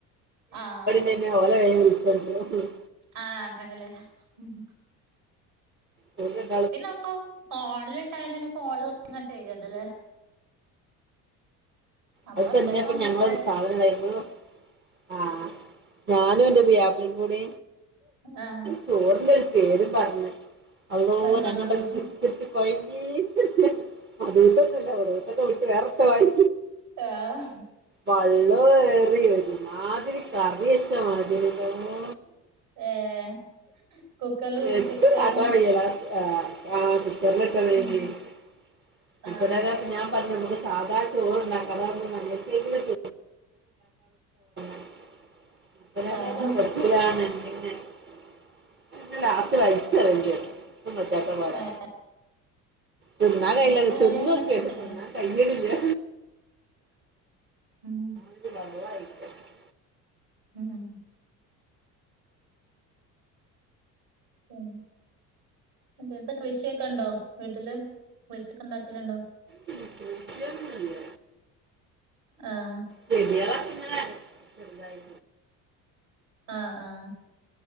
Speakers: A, on the right; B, on the right.
A: ആഹ്
B: പിന്നെ <unintelligible> ഓല <unintelligible>
A: ആഹ് ഹലേ ഉം
B: പോകാ
A: പിന്നെ അപ്പൊ ഫോണിലിട്ടാണ്ട് പിന്നെ ഫോണ്ലിങ്ങനെ ചെയ്യല്ലല്ലേ നമ്മള്
B: അതിപ്പ
A: ഒറ്റക്കാവുമ്പളൊക്കെ
B: എന്താപ്പൊ ഞങ്ങളൊരു സാധനം <unintelligible> ആഹ് ഞാനും എന്റെ പ്യാപ്പിളേം കൂടി
A: ആഹ്
B: ചോറിൻ്റൊരു പേരും പറഞ്ഞു അള്ളോ
A: മധുഹൂദ്
B: ഞങ്ങളുടെ വി കുട്ടി കൊയങ്ങി ഇല്ല <unintelligible> വേറെന്തോ ആയി
A: ആഹ്
B: വെള്ളം ഏറിയ ഒരു മാതിരി കറി വച്ച മാതിരി എന്റമ്മോ
A: ഏഹ് കുക്കറില് കൂക്കിച്ചക്കായിരുന്നു
B: എന്തും കാട്ടാൻ വയ്യ ആഹ് ആഹ് കുട്ടി
A: ഉം
B: <unintelligible>
A: ആഹ്
B: ഞാൻ പറഞ്ഞു നമുക്ക് സാധാ ചോറ് ഇണ്ടാക്കാ അതാവുമ്പോ നല്ല <unintelligible> <unintelligible> പിന്നെ
A: ആഹ്
B: ലാസ്റ്റ് വൽച്ചെറിയണ്ടി വന്ന് <unintelligible>
A: ഏഹ്
B: തിന്നാൻ
A: നേരം
B: കയ്യുലല്ലോ തിന്നോക്ക്യാ
A: ഏറിയാ പിന്നെ അത്
B: <unintelligible>
A: തന്നെയല്ലേ
B: കയ്യണില്ല
A: ആഹ്
B: ഇത് വെള്ളായി <unintelligible>
A: ആഹ് ഉം പിന്നത്തെ കൃഷിയൊക്കെ ഉണ്ടോ വീട്ടില് കൃഷിയൊക്കെ ഇണ്ടാക്കല്ണ്ടോ
B: കൃഷി ഒന്നും ഇല്ല
A: ആഹ്
B: ചെടികളൊക്കെ ഇങ്ങനെ ചെറുതായി
A: ആഹ് ആഹ്